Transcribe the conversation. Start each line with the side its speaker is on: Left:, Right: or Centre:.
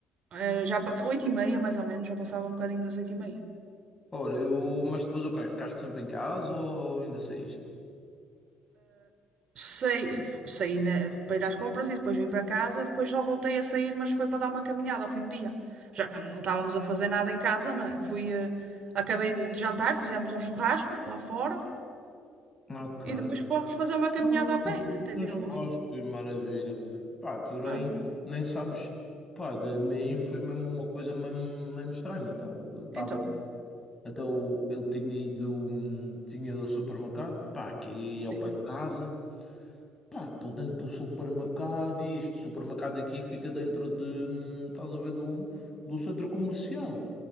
Right: Eh, já, pa- oito e meia, mais ou menos, já passava um bocadinho das oito e meia.
Left: Olha, eu, mas depois o quê? Ficaste sempre em casa ou ainda saíste?
Right: Saí, f- saí na- para ir às compras e depois vim para casa, depois já voltei a sair, mas foi para dar uma caminhada ao fim do dia. Já não estávamos a fazer nada em casa, não é? Fui, eh, acabei de jantar, fizemos um churrasco lá fora
Left: Ok.
Right: e depois fomos fazer uma caminhada
Left: Oh,
Right: a pé
Left: Depois
Right: até
Left: no
Right: vir
Left: churrasco,
Right: a luz.
Left: que maravilha. Pá, tu nem,
Right: Ah,
Left: nem sabes. Pá, de mim foi mesmo uma coisa mesmo, mesmo estranha. Então, eu estava.
Right: então,
Left: Então, eu tinha ido. hum, Tinha ido ao supermercado, pá, aqui
Right: sim,
Left: ao pé de casa. Pá, estou dentro do supermercado e este supermercado aqui fica dentro de. hum, Estás a ver, de um, de um centro comercial.